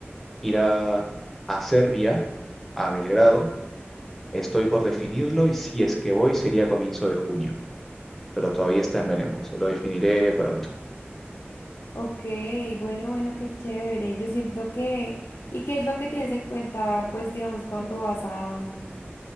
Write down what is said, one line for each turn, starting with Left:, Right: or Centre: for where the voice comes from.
Centre: ir a, a Serbia, a Belgrado. Estoy por definirlo y si es que voy sería a comienzo de junio, pero todavía está en veremos, lo definiré pronto.
Left: Ok, bueno, bueno, qué chévere. Yo siento que, ¿y qué es lo que tienes en cuenta, pues, digamos, cuando vas a,